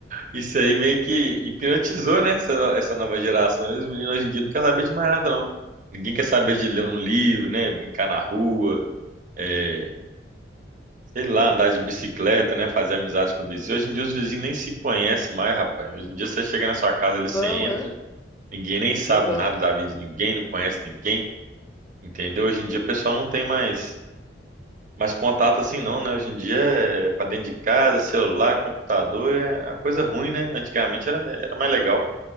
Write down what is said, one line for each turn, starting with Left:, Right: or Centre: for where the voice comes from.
Right: isso aí meio que hipnotizou, né, essa, no- essa nova geração. E Os meninos hoje em dia não querem saber de mais nada, não. Ninguém quer saber de ler um livro, né, brincar na rua, eh, Sei lá, andar de bicicleta, né? Fazer amizade com o vizinho. Hoje em dia os vizinhos nem se conhecem mais, rapaz. Hoje em dia você chega na sua casa ali,
Left: Não,
Right: você entra,
Left: é
Right: ninguém nem sabe
Left: verdade.
Right: nada da vida de ninguém, não conhece ninguém, entendeu? Hoje em dia o pessoal não tem mais, mais contato assim não, né? Hoje em dia é pra dentro de casa, celular, computador, é uma coisa ruim, né? Antigamente era, era mais legal.